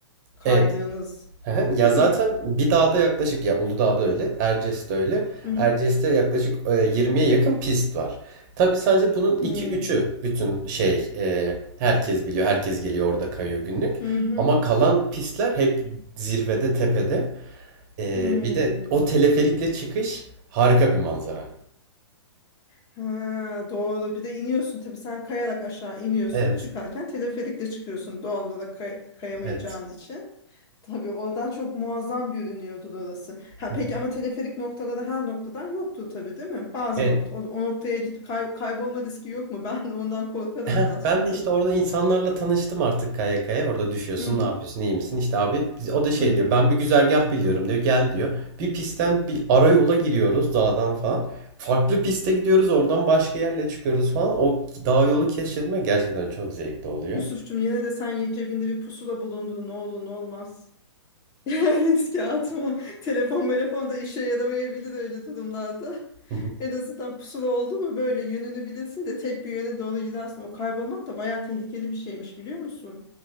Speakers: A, on the left (about 25°); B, on the right (about 40°).
A: Kaydığınız,
B: Evet, Ehe, Ya
A: değil
B: zaten
A: mi?
B: bir dağda yaklaşık ya Uludağ'da öyle, Erciyes'te öyle.
A: Hı hı.
B: Erciyes'te yaklaşık e, 20'ye yakın pist var. Tabii sadece bunun
A: Hı
B: iki üçü bütün şey e, herkes biliyor, herkes geliyor orada kayıyor günlük.
A: hı. hı.
B: Ama kalan pistler hep zirvede, tepede. E,
A: Hı.
B: bir de o teleferikle çıkış harika bir manzara.
A: Ha, doğru. Bir de iniyorsun tabii sen kayarak aşağı iniyorsun.
B: Evet,
A: Çıkarken teleferikle çıkıyorsun doğal olarak kay- kayamayacağın
B: evet.
A: için. Tabii oradan çok muazzam görünüyordu orası. Ha
B: <laughs>
A: peki ama teleferik noktaları her noktadan yoktu tabii değil mi? Bazı
B: Evet.
A: nokta o, o noktaya git kay- kaybolma riski yok mu? <laughs> Ben ondan korkarım
B: <clears throat> Heh,
A: biraz
B: Ben
A: şimdi.
B: de işte orada insanlarla tanıştım artık kaya kaya. Orada düşüyorsun,
A: Hı hı,
B: ne yapıyorsun, iyi misin? İşte abi biz- o da şey
A: hı hı.
B: diyor. Ben bir güzergah biliyorum diyor. Gel diyor. Bir pistten bir ara yola giriyoruz dağdan falan. Farklı piste gidiyoruz. Oradan başka yerle çıkıyoruz falan. O dağ yolu keşfetme gerçekten çok zevkli oluyor.
A: Yusuf'cum yine de sen ye- cebinde bir pusula bulundu ne olur ne olmaz. <laughs> Yani Riske atma. Telefon telefon da işe yaramayabilir öyle durumlarda. <laughs>
B: Hı hı.
A: En azından pusula oldu mu böyle yönünü bilirsin de tek bir yöne doğru gidersin. O kaybolmak da bayağı tehlikeli bir şeymiş biliyor musun?